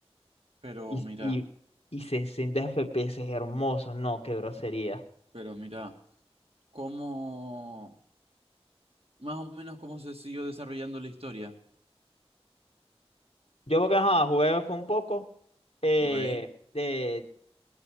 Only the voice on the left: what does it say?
Y,
y, y 60 FPS es hermoso, no, qué grosería.
Yo porque ajá, jugué fue un poco, eh,
de,